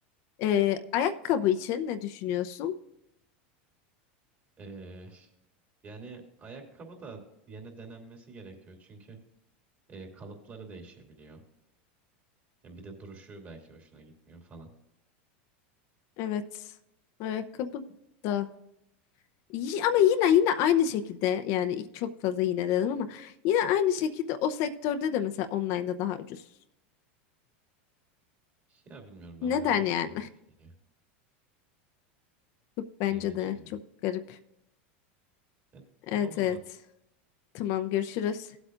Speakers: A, on the left (about 55°); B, on the right (about 30°).
A: Ee, ayakkabı için ne düşünüyorsun?
B: E, yani ayakkabı da yine denenmesi gerekiyor çünkü e, kalıpları değişebiliyor. Ya bir de duruşu belki hoşuna gitmiyor falan.
A: Evet. Ayakkabı da. Y- Ama yine yine aynı şekilde yani ilk çok fazla yine dedim ama yine aynı şekilde o sektörde de mesela online'da daha ucuz.
B: Ya bilmiyorum bana
A: Neden
B: biraz
A: yani?
B: ilginç geliyor.
A: <laughs> Çok bence
B: İlginç
A: de
B: geliyor.
A: çok garip.
B: E,
A: Evet
B: tamam o zaman.
A: evet. Tamam görüşürüz.